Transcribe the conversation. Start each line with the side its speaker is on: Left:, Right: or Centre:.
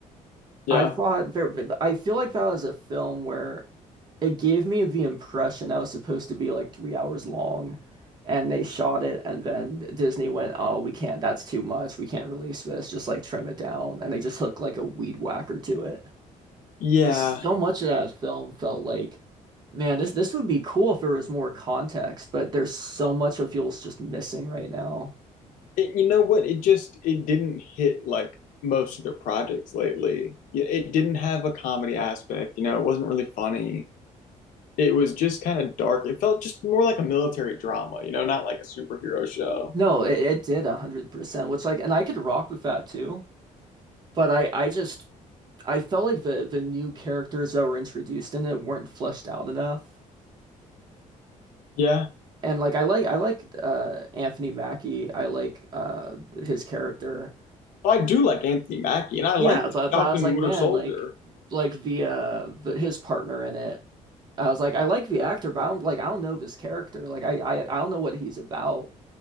Left: Yeah.
Right: I thought there, but I feel like that was a film where it gave me the impression that was supposed to be like three hours long, and they shot it, and then Disney went, "Oh, we can't. That's too much. We can't release this. Just like trim it down." And they just hooked like a weed whacker to it.
Left: Yeah.
Right: Because so much of that film felt like, man, this this would be cool if there was more context, but there's so much that feels just missing right now.
Left: It, you know what? It just it didn't hit like most of their projects lately. It, it didn't have a comedy aspect, you know, it wasn't really funny. It was just kind of dark. It felt just more like a military drama, you know, not like a superhero show.
Right: No, it, it did 100%, which like, and I could rock with that too. But I, I just I felt like the the new characters that were introduced in it weren't fleshed out enough.
Left: Yeah.
Right: And like I like I like uh Anthony Mackie. I like uh his character.
Left: I do like Anthony Mackie and I
Right: Yeah,
Left: liked
Right: but
Left: Falcon
Right: but I was like,
Left: and Winter
Right: man,
Left: Soldier,
Right: like like the uh the, his partner in it. I was like, I like the actor, but I don't like I don't know this character. Like I I, I don't know what he's about.